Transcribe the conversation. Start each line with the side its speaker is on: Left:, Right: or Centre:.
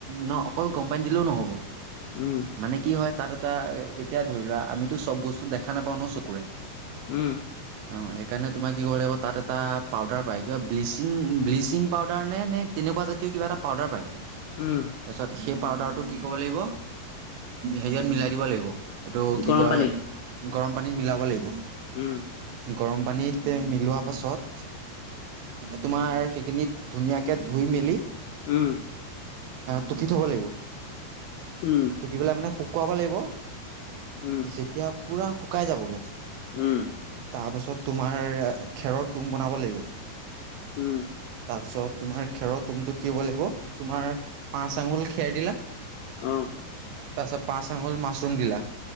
Right: ন অকল গম পানী দিলেও নহ'ব
Left: উম
Right: মানে কি হয় তাত এটা এতিয়া ধৰি লোৱা আমিতো চব বস্তু দেখা নাপাওঁ ন চকুৰে
Left: উম।
Right: অ', সেইকাৰণে তোমাৰ ক কৰিব লাগিব তাত এটা পাউদাৰ পায় কিবা ব্লিচিং ব্লিচিং পাউদাৰ নে নে তেনেকুৱা জাতীয় কিবা এটা পাউদাৰ পায়।
Left: উম।
Right: তাৰপিছত সেই পাউদাৰটো কি কব লাগিব হেৰিয়ত মিলাই দিব লাগিব। এইটো
Left: গৰম
Right: কি কয়
Left: পানীত
Right: গৰম পানীত মিলাব লাগিব।
Left: উম।
Right: গৰম পানীত মিলোৱা পাছত তোমাৰ সেইখিনি ধুনীয়াকে ধুই মেলি
Left: উম।
Right: টুকি থব লাগিব
Left: উম
Right: টুকি পেলাই মানে শুকুৱাব লাগিব।
Left: উম
Right: যেতিয়া পুৰা শুকাই যাবগে
Left: উম।
Right: তাৰপাছত তোমাৰ খেৰৰ তুম বনাব লাগিব।
Left: হম।
Right: তাৰপিছত তোমাৰ খেৰৰ টুমটোত কি হ'ব লাগিব তুমাৰ পাঁচ আঙুল খেৰ দিলা
Left: অ',।
Right: তাছত পাঁচ আঙল মাছৰুম দিলা